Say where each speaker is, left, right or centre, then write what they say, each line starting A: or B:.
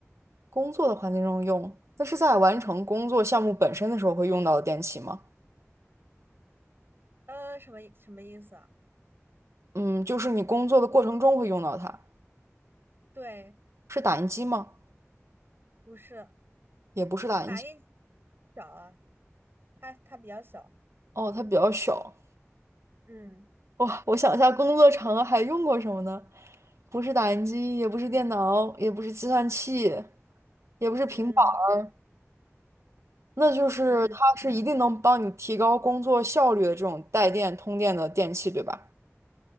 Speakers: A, on the right (about 65°); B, on the right (about 45°).
A: 工作的环境中用，那是在完成工作项目本身的时候会用到的电器吗？
B: 呃，什么什么意思啊？
A: 嗯，就是你工作的过程中会用到它，
B: 对，
A: 是打印机吗？
B: 不是
A: 也不是打印机，
B: 打印机小啊，它它比较小，
A: 哦，它比较小。
B: 嗯
A: 哇，我想一下，工作场合还用过什么呢？不是打印机，也不是电脑，也不是计算器，也不是平板儿，
B: 嗯
A: 那就是它是一定能帮你提高工作效率的这种带电通电的电器，
B: 嗯，
A: 对吧？